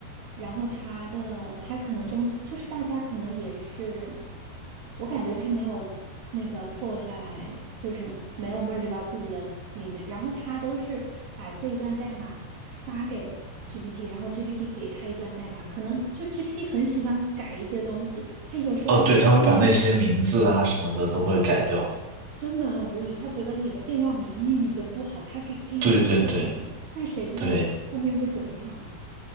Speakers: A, on the right (about 80°); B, on the right (about 45°).
A: 然后它的它可能中就是大家可能也是，我感觉它没有那个破下来，就是没有 merge 到自己的里面，然后它都是把这一段代码发给 GPT，然后 GPT 给它一段代码，可能就 GPT 很喜欢改一些东西，它有时候还改不了。
B: 哦，对，他会把那些名字啊什么的都会改掉。
A: 真的很无语。他觉得你的变量名命名的不好，他给给你改变量名，
B: 对对对
A: 那谁知道你后面会怎么样啊？
B: 对